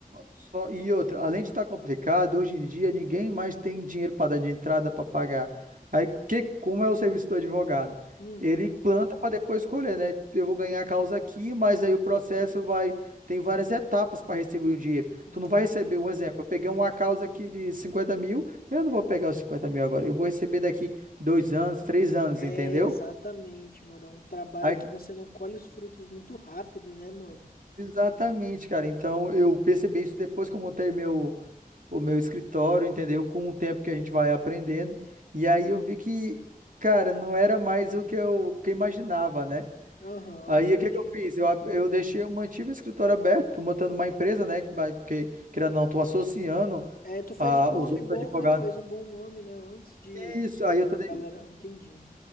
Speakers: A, on the right (about 65°); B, on the left (about 75°).
A: só, e outra, além de estar complicado, hoje em dia ninguém mais tem dinheiro para dar de entrada para pagar. Aí que como é o serviço do advogado?
B: Hum,
A: Ele planta para depois escolher, né? Eu vou ganhar a causa aqui, mas aí o processo vai tem várias etapas para receber o dinheiro.
B: entendi.
A: Tu não vai receber, um exemplo, eu peguei uma causa aqui de 50 mil, eu não vou pegar os 50 mil agora, eu vou receber daqui dois anos, três anos,
B: É,
A: entendeu?
B: exatamente, mano. É um trabalho
A: Aí,
B: que você não colhe os frutos muito rápido, né, mano?
A: exatamente, cara. Então eu percebi isso depois que eu montei meu o meu escritório, entendeu? Com o tempo que a gente vai aprendendo. E aí eu vi que, cara, não era mais o que eu, que eu imaginava, né?
B: Aham,
A: Aí
B: entendi.
A: o que que eu fiz? Eu, ab- eu deixei, eu mantive o escritório aberto, tô montando uma empresa, né? que vai- Porque, querendo ou não, tô associando
B: É, tu fez
A: a,
B: um nome
A: os outros
B: bom,
A: advogados.
B: né? Tu fez um bom nome, né? Antes de.
A: Isso, aí eu tô. de-
B: Galera, entendi.